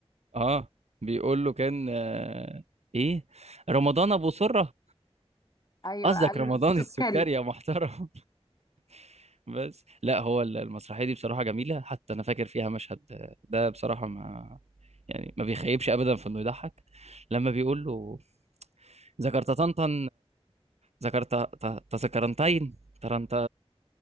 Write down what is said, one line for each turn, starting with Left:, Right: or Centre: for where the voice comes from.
Right: اه بيقول له كان آه، ايه رمضان ابو سره
Left: أيوة
Right: قصدك
Left: قال
Right: رمضان
Left: له السكري
Right: السكري يا محترم <laughs> بس لا هو المسرحيه دي بصراحه جميله حتى انا فاكر فيها مشهد ده بصراحه ما يعني ما بيخيبش ابدا في انه يضحك لما بيقول له ذكرت طنطا ذكرت تذكرنتين ترنت